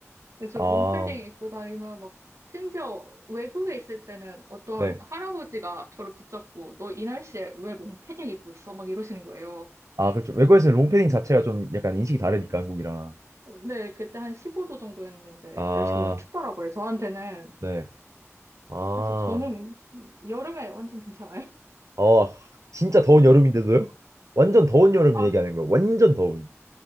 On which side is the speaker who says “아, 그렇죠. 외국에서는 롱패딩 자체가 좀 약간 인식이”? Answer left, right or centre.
Right